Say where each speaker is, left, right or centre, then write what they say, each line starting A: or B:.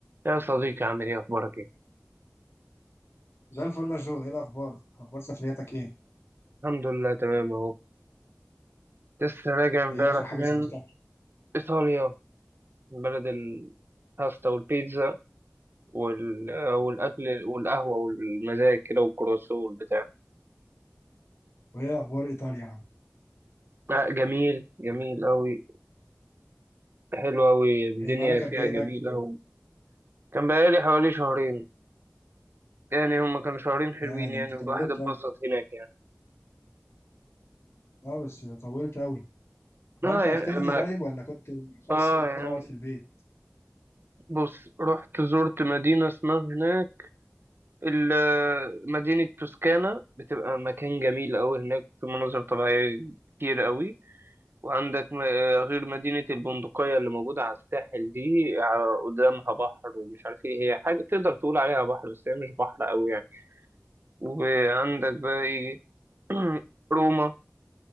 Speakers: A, on the right; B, on the left.
A: يا صديقي عامل ايه اخبارك ايه
B: زي الفل يا جو ايه الاخبار اخبار سفرياتك ايه
A: الحمد لله تمام اهو لسه راجع امبارح
B: ايه اخر حاجه
A: من
B: سافرتها
A: ايطاليا من بلد الباستا والبيتزا وال... آه، والاكل والقهوه والمزاج كده والكروسو والبتاع
B: وايه اخبار ايطاليا يا عم
A: لا جميل جميل قوي حلو قوي الدنيا
B: إيه بقالك
A: فيها
B: قد ايه
A: جميل
B: هناك طيب؟
A: قوي كان بقالي حوالي شهرين يعني هما كانوا شهرين حلوين
B: يا ده
A: يعني
B: انت
A: والواحد
B: طولت
A: اتبسط
B: قوي
A: هناك يعني
B: اه بس طولت قوي
A: اه
B: عملت
A: يعني
B: اكتيفيتي
A: ما...
B: طيب ولا كنت شخص
A: اه
B: بتقعد
A: يعني
B: في البيت
A: بص رحت زرت مدينه اسمها هناك ال- مدينة توسكانا بتبقى مكان جميل أوي هناك في مناظر طبيعية كتير أوي وعندك م- آه، غير مدينة البندقية اللي موجودة على الساحل دي ع- قدامها بحر ومش عارف ايه هي حاجة تقدر تقول عليها بحر بس هي مش بحر أوي يعني وعندك بقى ايه <clears throat> روما